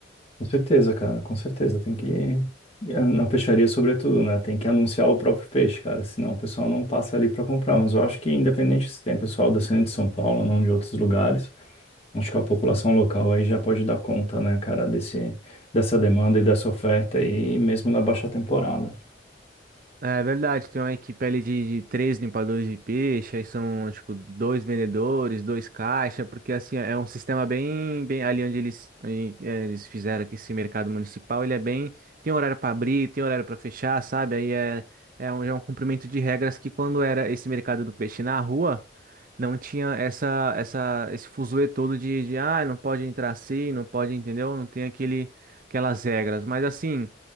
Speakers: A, on the left (about 35°); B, on the right (about 50°).
A: com certeza, cara, com certeza. Tem que na peixaria, sobretudo, né? Tem que anunciar o próprio peixe, cara, senão o pessoal não passa ali para comprar. Mas eu acho que, independente se tem pessoal descendo de São Paulo ou não de outros lugares, Acho que a população local aí já pode dar conta, né, cara, desse, dessa demanda e dessa oferta aí, mesmo na baixa temporada.
B: É verdade, tem uma equipe ali de, de três limpadores de peixe, aí são, tipo, dois vendedores, dois caixa, porque, assim, é um sistema bem, bem ali onde eles, aí, é, eles fizeram aqui esse mercado municipal, ele é bem, tem horário para abrir, tem horário para fechar, sabe? Aí é, é um, é um cumprimento de regras que quando era esse mercado do peixe na rua, não tinha essa, essa, esse fuzuê todo de, de, ah, não pode entrar assim, não pode, entendeu? Não tem aquele, aquelas regras, mas, assim...